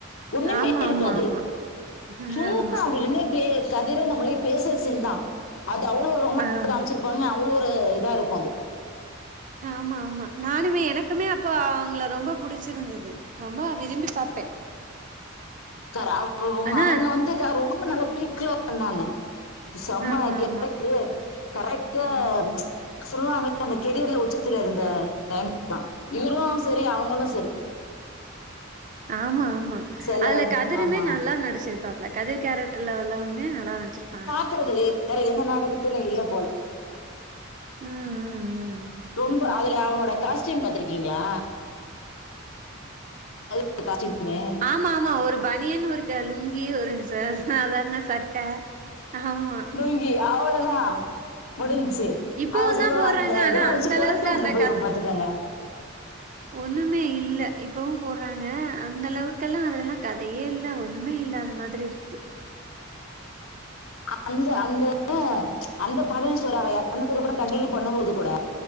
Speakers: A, on the left; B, on the right.
A: ஒண்ணுமே
B: ஆமா
A: இருக்காது
B: ஆமா ஆமா ம்
A: சும்மா
B: ஆமா
A: அப்டி நின்னு தே கதிரு அந்த முல்லையு பேசுற சீன்தா அது அவ்ளோ ரொமான்ஸ்
B: ஆமா
A: காம்ச்சிரு ப்பாங்க அவ்ளோ ஒரு இதா இருக்கு அது
B: ஆமா ஆமா நானுமே எனக்குமே அப்போ அவுங்கள ரொம்ப புடிச்சிருந்தது ரொம்ப விரும்பி பாப்பே
A: க்காரா
B: ஆனா
A: அவுங்க வந்துக்கா ரொம்ப நல்ல பீக்ல இருந்தாங்க செம
B: ஆமா
A: கேரக்டரு
B: ஆமா
A: கரெக்ட்டா
B: ம்
A: சொல்லுவாங்கல்ல அந்த கெரியர்ல உச்சத்துல இருந்த டைம் தா இவரு செரி அவுங்களு
B: ஆமா ஆமா
A: சில
B: அதுல கதிருமே
A: ஆமா
B: நல்லா நடிச்சிருப்பா இல்ல கதிர் கேரக்டர்ல உள்ளவுமே நல்லா நடிச்சிருப்பாங்க
A: ருக்கறதுல வேற எந்த நாடகத்திலியு இல்ல போல
B: ம் ம் ம்
A: ரொம்ப அதுல அவனோட காஸ்டியூம் பாத்திருக்கீங்களா கதிர் காஸ்டியூமு
B: மா ஆமா ஒரு பனியன் ஒரு க லுங்கி கி ஒரு சா சாதாரண சட்ட ஆமா
A: லுங்கி அவ்வளவுதான் முடிஞ்சுச்சு
B: இப்பவும்
A: அவ சொல்லுவா
B: தான் போடுறாங்க.
A: அந்த அதெல்லா
B: ஆனா அந்த
A: வெச்சு
B: அளவுக்கு
A: கொழப்பி உட்டு
B: அந்த
A: போய்ருவே பாத்துக்கோங்க
B: ஒன்னுமே இல்ல இப்பவு போட்றாங்க அந்த அளவுக்கெல்லா அது எல்லா கதையே இல்ல ஒன்னுமே இல்லாத மாத திரி இருக்குது
A: அந்த அந்த அந்த பாண்டியன் ஸ்டோர் அவ எறந்ததுக்கப்பு வந்தக்கப்புறோ கண்டனியூ பண்ணும்போது கூட